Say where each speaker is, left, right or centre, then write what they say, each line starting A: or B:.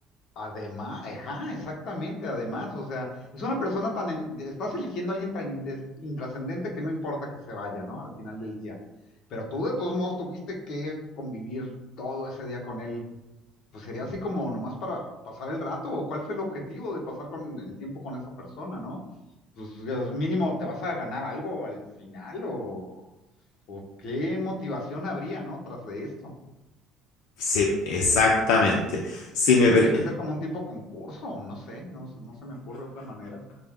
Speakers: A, on the left; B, on the left.
A: Además, ajá, exactamente, además, o sea, es una persona tan, en- estás eligiendo a alguien tan intes- intrascendente que no importa que se vaya, ¿no? Al final del día. Pero tú de todos modos tuviste que convivir todo ese día con él. Pues sería así como nomás para pasar el rato, o cuál fue el objetivo de pasar con el tiempo con esa persona, ¿no? Pues Dios, mínimo, ¿te vas a ganar algo al final o, o qué motivación habría, ¿no? Tras de esto.
B: Sí, exactamente. Si
A: Sí,
B: me,
A: tendría
B: pre-
A: que ser como un tipo concurso, o no sé, no, se- no se me ocurre otra manera.